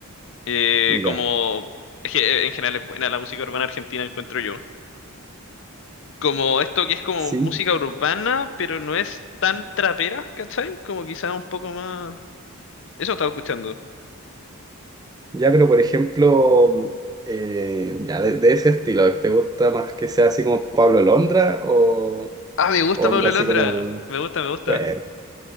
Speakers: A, on the left; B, on the right.
A: Eh,
B: Ya,
A: como es que eh, en general es buena la música urbana argentina, encuentro yo. Como esto que es como
B: sí.
A: música urbana, pero no es tan trapera, ¿cachai? Como quizá un poco más. Eso estaba escuchando.
B: Ya, pero por ejemplo, eh, ya de, de ese estilo, ¿te gusta más que sea así como Pablo Londra o
A: Ah, me gusta
B: onda
A: Pablo
B: así
A: Londra.
B: como,
A: Me gusta, me gusta.
B: bueno,